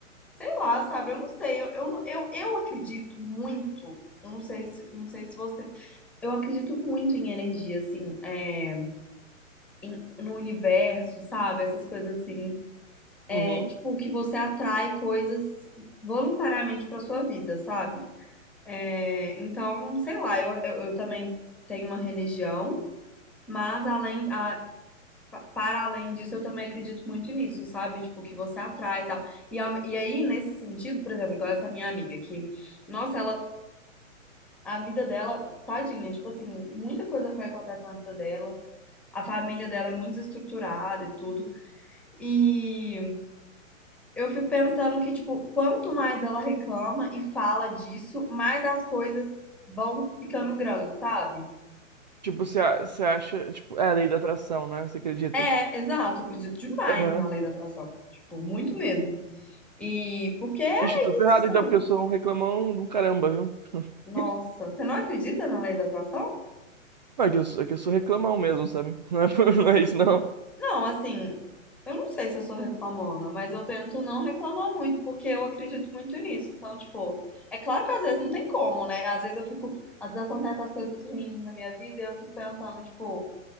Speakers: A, in the centre; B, on the right (about 35°).
A: Sei lá, sabe? Eu não sei. Eu, eu, eu, eu acredito muito. Eu não sei se, não sei se você. Eu acredito muito em energia, assim, é, em- no universo, sabe? Essas coisas assim. É
B: Uhum.
A: tipo que você atrai coisas voluntariamente pra sua vida, sabe? É, então, sei lá, eu, eu, eu também tenho uma religião, mas além, a- pa- para além disso, eu também acredito muito nisso, sabe? Tipo, que você atrai e tal. E, ao- e aí, nesse sentido, por exemplo, igual essa minha amiga que. Nossa, ela A vida dela, tadinha, tipo assim, muita coisa ruim acontece na vida dela. A família dela é muito estruturada e tudo. E eu fico pensando que, tipo, quanto mais ela reclama e fala disso, mais as coisas vão ficando grandes, sabe?
B: Tipo, você a- você acha. Tipo, é a lei da atração, né? Você acredita?
A: É, exato, eu acredito demais
B: Aham.
A: na lei da atração. Tipo, muito mesmo. E porque é
B: Vixe, tô ferrado
A: isso, sabe?
B: então, porque eu sou um reclamão do caramba, viu?
A: Nossa,
B: <laughs>
A: você não acredita na lei da atração?
B: Não, é que eu, sou- é que eu sou reclamão mesmo, sabe? Não é, por- <laughs> não é isso, não.
A: Não, assim, eu não sei se eu sou reclamona, mas eu tento não reclamar muito, porque eu acredito muito nisso. Então, tipo, é claro que às vezes não tem como, né? Às vezes eu fico, às vezes acontecem as coisas ruins na minha vida e eu fico pensando, tipo,